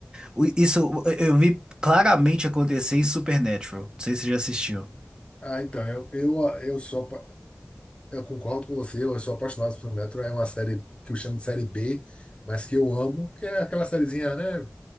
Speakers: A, on the right; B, on the left.
A: O- Isso eu eu vi claramente acontecer em Supernatural. Não sei se você já assistiu.
B: Ah, então, eu, eu, eu sou, apa- eu concordo com você, eu sou apaixonado por Metro, é uma série que eu chamo de série B, mas que eu amo, que é aquela sériezinha, né?